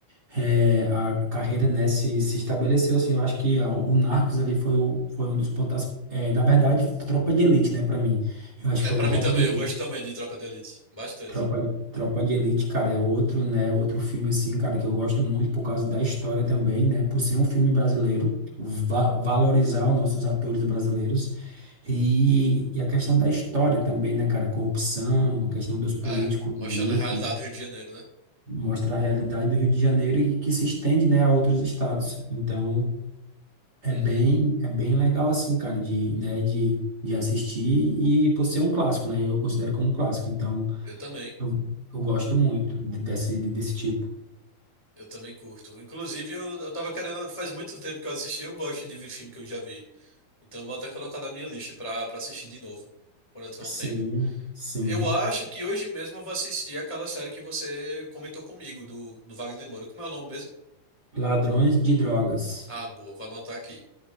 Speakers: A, on the right; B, on the left.
A: é, a carreira, né, se, se estabeleceu, assim, eu acho que a- o Narcos ali foi, o, foi um dos pontos, é, na verdade, Tropa de Elite, né, pra mim, eu acho
B: É,
A: que foi
B: pra
A: no Tropa
B: mim também,
A: de Elite
B: eu gosto também de Tropa de Elite. Bastante.
A: Tropa, Tropa de Elite, cara, é outro, né? Outro filme assim, cara, que eu gosto muito por causa da história também, né? Por ser um filme brasileiro, va valorizar os nossos atores brasileiros e, e a questão da história também, né, cara? Corrupção, a questão dos políticos
B: É, mostrando
A: ali,
B: a realidade
A: que
B: do Rio de Janeiro, né?
A: mostra a realidade do Rio de Janeiro e que se estende, né, a outros estados. Então, é
B: Uhum.
A: bem, é bem legal assim, cara, de, né, de, de assistir e por ser um clássico, né? Eu considero como um clássico. Então,
B: Eu também.
A: eu, eu gosto muito de- desse, de- desse tipo.
B: Eu também curto. Inclusive, eu, eu tava querendo. Faz muito tempo que eu assisti, eu gosto de ver filme que eu já vi. Então, vou até colocar na minha lista pra, pra assistir de novo, quando eu tiver um
A: Sim,
B: tempo.
A: sim.
B: Eu acho que hoje mesmo eu vou assistir aquela série que você comentou comigo, do, do Wagner Moura. Como é o nome mesmo?
A: Ladrões de drogas.
B: Ah, boa, vou anotar aqui.